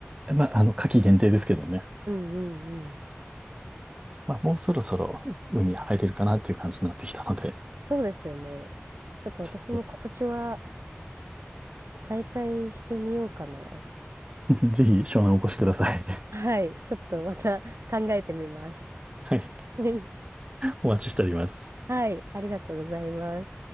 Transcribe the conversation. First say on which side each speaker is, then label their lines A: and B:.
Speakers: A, on the right; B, on the right.
A: まあ、あの、夏季限定ですけどね。
B: うんうんうん。
A: まあ、もうそろそろ海入れるかなっていう感じになってきたので、
B: そうですよね。ちょっと私も今年は
A: ちょっ
B: 再会してみようかな。
A: と <laughs> ぜひ湘南お越しください。
B: はい、ちょっとまた考えてみます。
A: <laughs> はい。
B: はい、
A: お待ちしております。
B: はいありがとうございます。